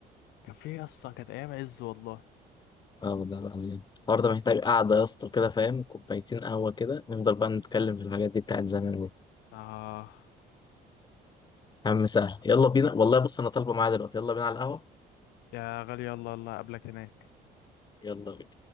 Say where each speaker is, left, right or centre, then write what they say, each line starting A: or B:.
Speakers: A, on the left (about 85°); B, on the left (about 25°).
A: كان في يا اسطى كانت ايام عز والله
B: اه والله العظيم الحوار ده محتاج قعدة يا اسطى كده فاهم كوبايتين قهوة كده نفضل بقى نتكلم في الحاجات دي بتاعت زمان دي
A: اه
B: يا عم سهل يلا بينا والله بص انا طالبه معايا دلوقتي يلا بينا على القهوه
A: يا غالي الله الله قبلك هناك
B: يلا بينا